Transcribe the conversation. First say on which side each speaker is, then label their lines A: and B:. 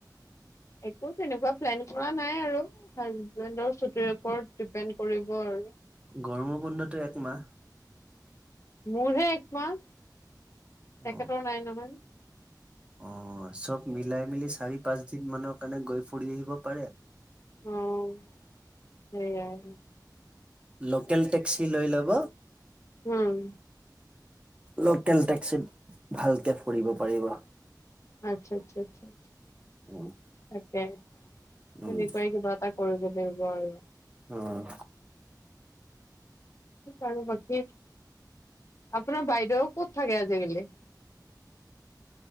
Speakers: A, on the left; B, on the right.
A: একো তেনেকুৱা প্লেন কৰা নাই আৰু হাজবেণ্ডৰ ছুটিৰ ওপৰত ডিপেণ্ড কৰিব ব আৰু
B: গৰমৰ বন্ধ টো একমাহ
A: মোৰহে একমাহ তেখেতৰ
B: অ
A: নাই নহয়
B: অ অ চব মিলাই চাৰি পাঁচ দিন মানৰ কাৰণে গৈ ফুৰি আহিব পাৰে
A: আহ সেয়াই
B: লোকেল টেক্সি লৈ ল'ব
A: উম
B: লোকেল টেক্সিত ভালকে ফুৰিব পাৰিব
A: আচ্ছা আচ্ছা আচ্ছা
B: উম,
A: তাকে
B: উম।
A: এনেকুৱাই কিবা এটা কৰিব লাগিব আৰু
B: অঁ
A: আৰু বাকী আপোনাৰ বাইদেউ ক'ত থাকে আজিকালি